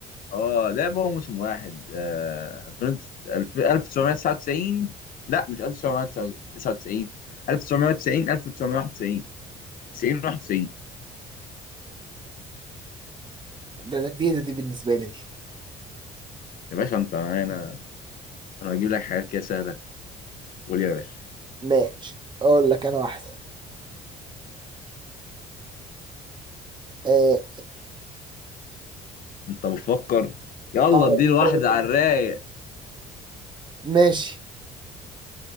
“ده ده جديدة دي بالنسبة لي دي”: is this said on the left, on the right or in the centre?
Right